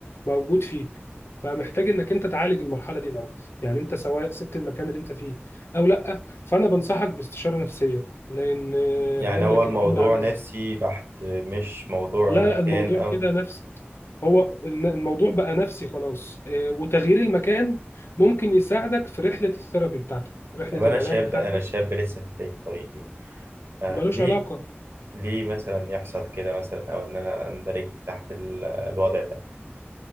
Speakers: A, on the left; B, on the right.
A: موجود فيك فمحتاج انك انت تعالج المرحله دي الاول يعني انت سواء سبت المكان اللي انت فيه او لا فانا بنصحك باستشاره نفسيه لان
B: يعني
A: هقول
B: هو
A: لك
B: الموضوع
A: الامر عامل
B: نفسي
A: ازاي
B: بحت مش موضوع
A: لا
B: مكان
A: الموضوع
B: او
A: كده نفس هو الن- الموضوع بقى نفسي خلاص آه، وتغيير المكان ممكن يساعدك في رحلة الثيرابي بتاعتك رحلة
B: طب
A: العلاج
B: انا شاب
A: بتاعتك
B: انا شاب لسه في بدايه طريقي آه
A: ملوش
B: ليه
A: علاقة
B: ليه مثلا يحصل كده مثلا او ان انا اندرج تحت ال- الوضع ده